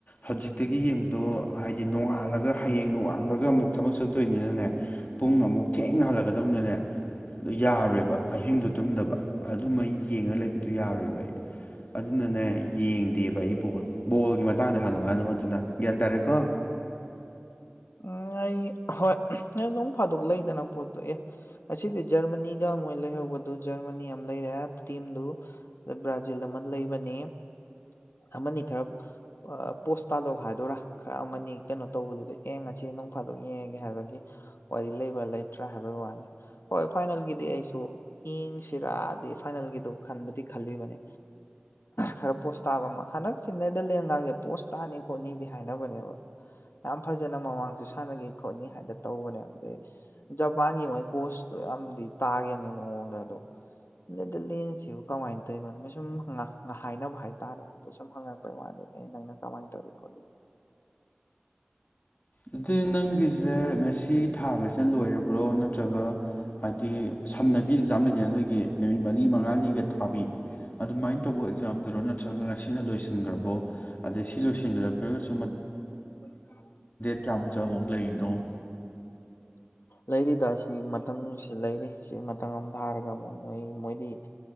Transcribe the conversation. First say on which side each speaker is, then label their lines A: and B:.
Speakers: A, on the left; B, on the left.
A: ꯍꯧꯖꯤꯛꯇꯒꯤ ꯌꯦꯡꯕꯗꯣ ꯍꯥꯏꯗꯤ ꯅꯣꯡꯉꯥꯜꯂꯒ ꯍꯌꯦꯡ ꯅꯣꯡꯉꯥ ꯍꯥꯟꯕꯒ ꯑꯃꯨꯛ ꯊꯕꯛ ꯆꯠꯇꯣꯏꯅꯤꯅꯅꯦ ꯄꯨꯡ ꯑꯃꯨꯛ ꯊꯦꯡꯅ ꯍꯜꯂꯛꯀꯗꯧꯅꯤꯅꯅꯦ ꯑꯗꯨ ꯌꯥꯔꯣꯏꯕ ꯑꯍꯤꯡꯗꯣ ꯇꯨꯝꯗꯕ ꯑꯗꯨꯝꯕ ꯌꯦꯡꯉꯒ ꯂꯩꯕꯗꯨ ꯌꯥꯔꯣꯏꯕ ꯑꯩ ꯑꯗꯨꯅꯅꯦ ꯌꯦꯡꯗꯦ ꯀꯩ ꯕꯣꯜ ꯕꯣꯜꯒꯤ ꯃꯇꯥꯡꯗ ꯍꯪꯉꯛꯑꯅꯨ ꯑꯗꯨꯅ ꯒ꯭ꯌꯥꯟ ꯇꯥꯔꯦꯀꯣ
B: ꯑꯥ ꯑꯩ ꯍꯣꯏ ꯅꯣꯡ ꯐ ꯗꯨ ꯂꯩꯗꯅ ꯄꯣꯠꯇꯣ ꯑꯦ ꯑꯁꯤꯗꯤ ꯖꯔꯃꯅꯤꯒ ꯃꯣꯏ ꯂꯩꯍꯧꯕꯗꯨ ꯖꯔꯃꯅꯤ ꯑꯃ ꯂꯩꯔꯦ ꯇꯤꯝꯗꯨ ꯑꯗꯩ ꯕ꯭ꯔꯥꯖꯤꯜ ꯑꯃ ꯂꯩꯕꯅꯤ ꯑꯃꯅꯤ ꯈꯔ ꯄꯣꯁ ꯇꯥꯗꯕ ꯍꯥꯏꯗꯣꯏꯔꯥ ꯈꯔ ꯑꯃꯅꯤ ꯀꯩꯅꯣ ꯇꯧꯕꯗꯨꯗꯤ ꯑꯦ ꯉꯁꯤ ꯅꯣꯡ ꯐꯥꯗꯣꯛ ꯌꯦꯡꯉꯒꯦ ꯍꯥꯏꯕꯒꯤ ꯋꯥꯔꯤ ꯂꯩꯕ ꯂꯩꯇ꯭ꯔꯥ ꯍꯥꯏꯕꯒꯤ ꯋꯥꯅꯤ ꯍꯣꯏ ꯐꯥꯏꯅꯦꯜꯒꯤꯗꯨ ꯑꯩꯁꯨ ꯌꯦꯡꯁꯤꯔꯥꯗꯤ ꯐꯥꯏꯅꯦꯜꯒꯤꯗꯨ ꯈꯟꯕꯗꯤ ꯈꯜꯂꯤꯕꯅꯤ ꯈꯔ ꯄꯣꯁ ꯇꯥꯕ ꯑꯃ ꯍꯟꯗꯛꯁꯤ ꯅꯦꯗꯔꯂꯦꯟ ꯉꯥꯡꯒꯤ ꯄꯣꯁ ꯇꯥꯅꯤ ꯈꯣꯠꯅꯤꯗꯤ ꯍꯥꯏꯅꯕꯅꯦꯕ ꯌꯥꯝ ꯐꯖꯅ ꯃꯃꯥꯡꯁꯨ ꯁꯥꯟꯅꯈꯤ ꯈꯣꯠꯅꯤ ꯍꯥꯏꯅ ꯇꯧꯕꯅꯦꯕ ꯑꯗꯩ ꯖꯄꯥꯟꯒꯤ ꯃꯣꯏ ꯀꯣꯁꯇꯣ ꯌꯥꯝꯗꯤ ꯇꯥꯈꯤꯕꯅꯦ ꯃꯑꯣꯡꯗ ꯑꯗꯣ ꯅꯦꯗꯔꯂꯦꯟꯁꯤꯕꯨ ꯀꯃꯥꯏꯅ ꯇꯧꯏꯅꯣ ꯁꯨꯝ ꯍꯥꯏꯅꯕ ꯍꯥꯏ ꯇꯥꯔꯕꯗ ꯁꯨꯝ ꯍꯪꯉꯛꯄꯩ ꯋꯥꯅꯤꯅꯦ ꯅꯪꯅ ꯀꯃꯥꯏꯅ ꯇꯧꯔꯤ ꯈꯣꯂꯤ
A: ꯑꯗꯨꯗꯤ ꯅꯪꯒꯤꯁꯦ ꯉꯁꯤ ꯊꯥꯔꯤꯁꯤꯅ ꯂꯣꯏꯔꯕ꯭ꯔꯣ ꯅꯠꯇ꯭ꯔꯒ ꯍꯥꯏꯗꯤ ꯁꯝꯅꯕꯤ ꯑꯦꯛꯖꯥꯝ ꯂꯩꯗꯅ ꯅꯣꯏꯒꯤ ꯅꯨꯃꯤꯠ ꯃꯔꯤ ꯃꯉꯥꯅꯤꯒ ꯊꯥꯕꯤ ꯑꯗꯨꯃꯥꯏꯅ ꯇꯧꯕ ꯑꯦꯛꯖꯥꯝꯗꯨꯔꯣ ꯅꯠꯇ꯭ꯔꯒ ꯉꯁꯤꯅ ꯂꯣꯏꯁꯤ ꯏꯟꯈ꯭ꯔꯕꯣ ꯑꯗꯩ ꯁꯤ ꯂꯣꯏꯁꯤꯟꯒꯒ ꯐꯦꯂꯣꯁꯤꯞ
B: <inaudible>
A: <unintelligible> ꯑꯃꯨꯛ ꯂꯩꯔꯤꯅꯣ
B: ꯂꯩꯔꯤꯗ ꯁꯤ ꯃꯊꯪꯁꯤ ꯂꯩꯔꯤ ꯁꯤ ꯃꯊꯪ ꯑꯃ ꯊꯥꯔꯒ ꯑꯃꯨꯛ ꯃꯣꯏ ꯃꯣꯏꯗꯤ